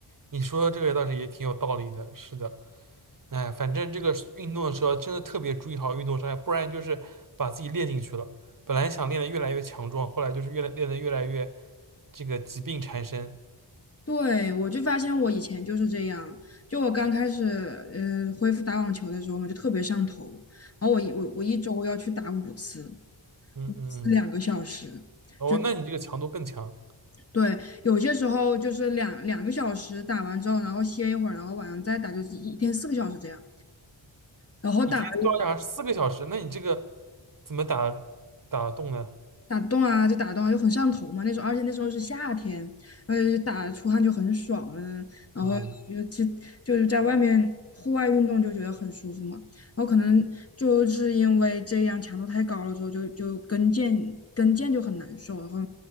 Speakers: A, on the right; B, on the left.
A: 你说的这个倒是也挺有道理的，是的。哎，反正这个运动的时候真的特别注意好运动伤害，不然就是把自己练进去了。本来想练得越来越强壮，后来就是越来练得越来越这个疾病缠身。
B: 对，我就发现我以前就是这样，就我刚开始呃恢复打网球的时候嘛，就特别上头，然后我一我我一周要去打五次，
A: 嗯嗯嗯，
B: 五次两个小时，
A: 哦，
B: 就
A: 那你这个强度更强，
B: 对，有些时候就是两两个小时打完之后，然后歇一会儿，然后晚上再打，就是一一天四个小时这样，然后打了
A: 一天高达四个小时，那你这个怎么打打得动呢？
B: 打洞啊，就打洞啊，就很上头嘛。那时候，而且那时候是夏天，然后就打出汗就很爽了。然后尤其就是在外面户外运动就觉得很舒服嘛。
A: 嗯，
B: 然后可能就是因为这样强度太高了之后，就就跟腱跟腱就很难受，然后